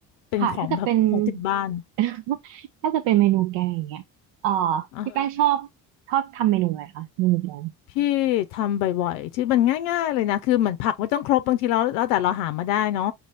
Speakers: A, on the left; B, on the right.
A: เป็นของแบบของติดบ้าน
B: ค่ะถ้าเกิดเป็น <laughs> ถ้าเกิดเป็นเมนูแกงอย่างเงี้ยเอ่อ
A: อ่าฮะ
B: พี่แป้งชอบชอบทำเมนูอะไรคะเมนูแกง
A: พี่ทำบ่อยๆชื่อมันง่ายๆเลยนะคือเหมือนผักไม่ต้องครบบางทีเราแล้วแต่เราหามาได้เนาะ